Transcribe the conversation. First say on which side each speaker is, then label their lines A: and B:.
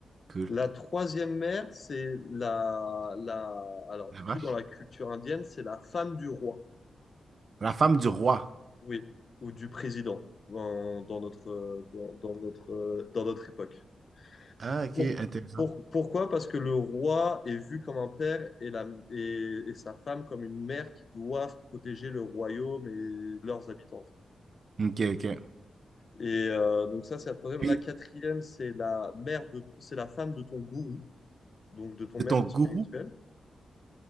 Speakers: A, on the right; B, on the left.
A: Cool.
B: La troisième mère, c'est la, la. Alors,
A: La
B: du
A: vache?
B: coup, dans la culture indienne, c'est la femme du roi,
A: La femme du roi.
B: oui, ou du président, dans, dans notre, euh, dans, dans notre, euh, dans notre époque.
A: Ah, ok,
B: Pour-
A: intéressant.
B: pour- pourquoi? Parce que le roi est vu comme un père et, la, et, et sa femme comme une mère qui doivent protéger le royaume et leurs habitants, en fait.
A: Ok, ok.
B: Et euh, donc, ça, c'est la troisième.
A: Puis,
B: La quatrième, c'est la mère de, c'est la femme de ton gourou, donc de ton
A: de
B: maître
A: ton gourou,
B: spirituel.